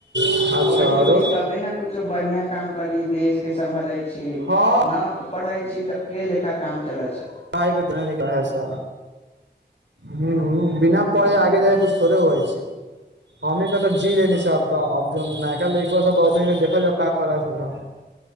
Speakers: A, on the right; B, on the left.
A: अच्छा
B: पढ़ी-उढ़ी
A: आरो
B: तबे नै कूछ कूछो बढ़िया काम करी देश के सम्भले छी
A: हँ
B: न पढ़य छी तऽ के लेखा काम चलय छै।
A: <unintelligible> पढ़य से हुं बिना पढ़ै
B: सही
A: आगे जाके कुछ थोड़े हो जाए छै, हमनी के तऽ जी लेने छीयै आब। त आब जौन नयका लइकवा सब बौखनी त देखल जा कराए सकलै।